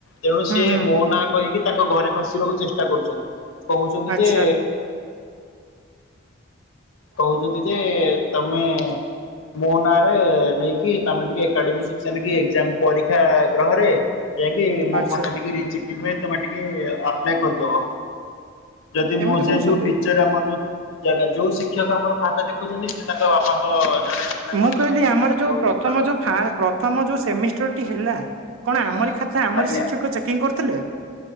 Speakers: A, on the left; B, on the right.
A: ତେଣୁ
B: ହୁଁ
A: ସିଏ
B: ହୁଁ
A: ମୋ ନା କହିକି ତାଙ୍କ ଘରେ ଖସିବାକୁ ଚେଷ୍ଟା କରୁଛନ୍ତି କହୁଛନ୍ତି
B: ଆଚ୍ଛା।
A: ଯେ କହୁଛନ୍ତି ଯେ ତମେ ମୋ ନାଁରେ ନେଇକି ତମେ ଟିକେ ଏକାଡେମି ସେକ୍ସନ କି ଏକ୍ଜାମ ପରୀକ୍ଷା ଗ୍ରହରେ ଯାଇକି ମୋ
B: ଆଚ୍ଛା
A: ଖାତା ଟିକେ ରିଚେକିଂ ପାଇଁ ତମେ ଟିକେ ଆପ୍ଲାଏ କରିଦବ। ଯଦି
B: ଏମିତି
A: ମୋର ସେ
B: କହୁଛନ୍ତି।
A: ଯୋଉଟିଚର ଆମର ଯୋଉ ଜାଗା ଯୋଉ ସି ଶିକ୍ଷକ ଆମର ଖାତା ଦେଖୁଛନ୍ତି ସେ ତାଙ୍କ ବାପାଙ୍କ ଜଣେ ଚିହ୍ନା
B: ମୁଁ
A: ପରିଚୟ
B: କହିଲି
A: ହେଇଥିବ
B: ଆମର
A: ତାକୁ
B: ଯୋଉ
A: ବହୁତ
B: ପ୍ରଥମ
A: ଭୟ ଲାଗୁଛି।
B: ଯୋଉ ଫା ପ୍ରଥମ ଯୋଉ ସେମିଷ୍ଟର ଟି ହେଲା କଣ ଆମରି ଖା ତା ଆମରି
A: ଆଜ୍ଞା
B: ଶିକ୍ଷକ ଚେକିଂ କରୁଥିଲେ।